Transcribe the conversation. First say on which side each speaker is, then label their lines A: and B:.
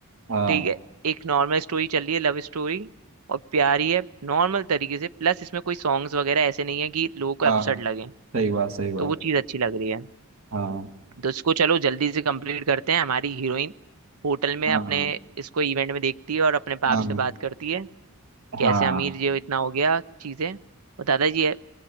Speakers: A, on the right; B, on the right.
A: हाँ
B: ठीक है एक नॉर्मल स्टोरी चल रही है लव स्टोरी और प्यारी है नॉर्मल तरीके से प्लस इसमें कोई सॉन्ग्स वगैरह ऐसे नहीं है कि लोगों को
A: हाँ
B: अपसेट लगे
A: सही बात सही बात
B: तो वो चीज़ अच्छी लग रही है
A: हाँ
B: तो इसको चलो जल्दी से कंप्लीट करते हैं हमारी हीरोइन होटल में
A: हाँ
B: अपने इसको इवेंट में देखती है और अपने बाप
A: हाँ
B: से बात करती है कैसे
A: हाँ
B: अमीर जी हो इतना हो गया चीज़ें और दादाजी है